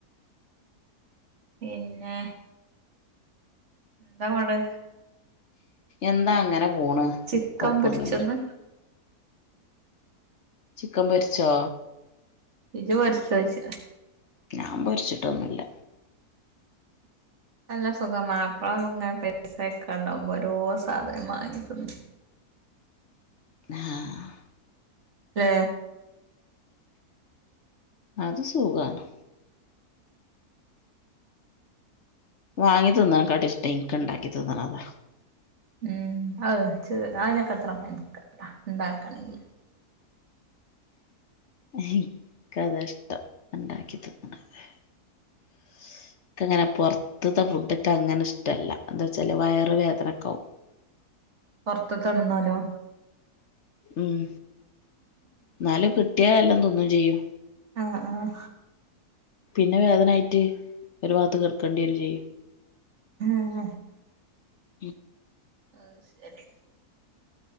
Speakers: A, on the right; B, on the left.
A: പിന്നെ എന്താ പാട്
B: എന്താ അങ്ങനെ പൂണ്
A: ചിക്കൻ
B: കൊപ്പൊന്നുമില്ല
A: പൊരിച്ചന്ന്
B: ചിക്കൻ പരിച്ചോ
A: ഇജ വരച്ച വച്ച
B: നാം പോരിച്ചിട്ടൊന്നുമില്ല
A: നല്ല സുഖ മാപ്പിള പൈസ ഒക്കെ ഉണ്ടാവുമ്പോ ഓരോ സാധനം വാങ്ങി ത്തിനും
B: <inaudible> ആഹ
A: ഏ
B: അത് സുഖാണ് വാങ്ങി തിന്നണ കാട്ട ഇഷ്ടം ഇനക്ക് ഇണ്ടാക്കി തിന്നണ അതാ
A: ഉം അ അതിനൊക്കെ അത്ര പട്ട ഉണ്ടാക്കണെങ്കില്
B: എനിക്കത ഇഷ്ടം ഉണ്ടാക്കി തന്നണ <inaudible> അങ്ങനെ പൊറത്തത്തെ ഫുഡക്ക അങ്ങനെ ഇഷ്ടമല്ല എന്താ വച്ചാല് വയറ വേദനക്കെ ആവും <inaudible>
A: പുറത്ത് തിന്നാലോ
B: ഉം എന്നാലും കിട്ടിയല്ലാം തൊന്നും ചെയും
A: ആഹ ആഹ
B: പിന്നെ വേദനായിട്ട് ഒരു ഭാഗത്ത് കേർക്കേണ്ടി വും ചെയ്യും
A: ഹഹ
B: ഉ
A: അഹ് ശരി